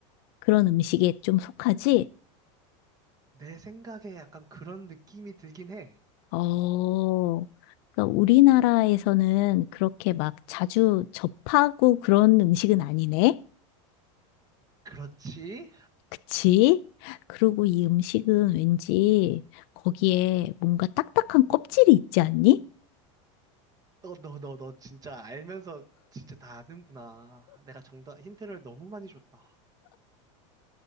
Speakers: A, on the left; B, on the right.
A: 그런 음식에 좀 속하지?
B: 내 생각에 약간 그런 느낌이 들긴 해.
A: 어, 그러니까 우리나라에서는 그렇게 막 자주 접하고 그런 음식은 아니네?
B: 그렇지?
A: 그치? 그리고 이 음식은 왠지 거기에 뭔가 딱딱한 껍질이 있지 않니?
B: 너, 너, 너, 너 진짜 알면서 진짜 다 아는구나. 내가 정답, 힌트를 너무 많이 줬다.